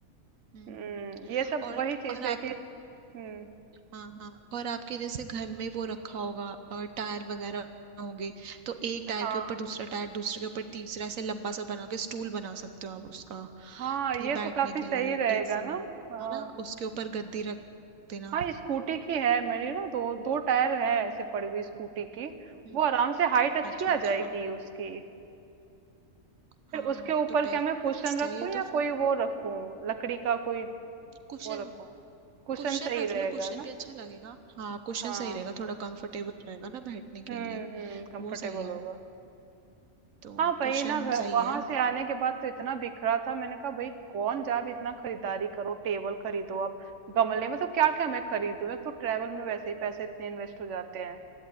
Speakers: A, on the right; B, on the right.
A: हम्म हम्म,
B: हम्म
A: हम्म।
B: ये सब
A: और
B: वही चीज
A: और आपके
B: है कि हम्म
A: हाँ हाँ और आपके जैसे घर में वो रखा होगा और टायर वगैरह होंगे तो एक टायर
B: हाँ
A: के ऊपर दूसरा टायर दूसरे के ऊपर तीसरा ऐसे लंबा सा बना के स्टूल बना सकते हो आप उसका
B: हाँ
A: कि
B: ये
A: बैठने
B: तो काफी
A: के
B: सही
A: लिए
B: रहेगा
A: इजी
B: ना हाँ
A: है ना उसके ऊपर गद्दी रख देना
B: हाँ स्कूटी की है मेरी ना दो दो टायर है ऐसे पड़ी हुई स्कूटी की
A: हम्म।
B: वो आराम से हाइट अच्छी
A: अच्छा
B: आ
A: अच्छा
B: जाएगी उसकी फिर
A: हाँ
B: उसके ऊपर
A: तो बेस्ट
B: क्या मैं कुशन रखूं
A: है ये
B: या
A: तो फिर
B: कोई वो रखूं लकड़ी का कोई
A: कुशन
B: वो रखूं कुशन
A: क्वेश्चन
B: सही
A: रख
B: रहेगा
A: लो क्वेश्चन
B: ना
A: भी अच्छा लगेगा हाँ क्वेश्चन
B: हाँ
A: सही रहेगा थोड़ा कंफर्टेबल रहेगा ना बैठने
B: हम्म
A: के लिए
B: हम्म कंफर्टेबल
A: वो सही है
B: होगा
A: तो
B: हाँ भाई
A: क्वेश्चन
B: ना घर
A: सही
B: वहां
A: है
B: से आने के बाद तो इतना बिखरा था मैंने कहा भाई कौन जाब इतना खरीदारी करो टेबल खरीदो आप गमले मतलब क्या क्या मैं खरीदूं एक तो ट्रेवल में वैसे ही पैसे इतने इन्वेस्ट हो जाते हैं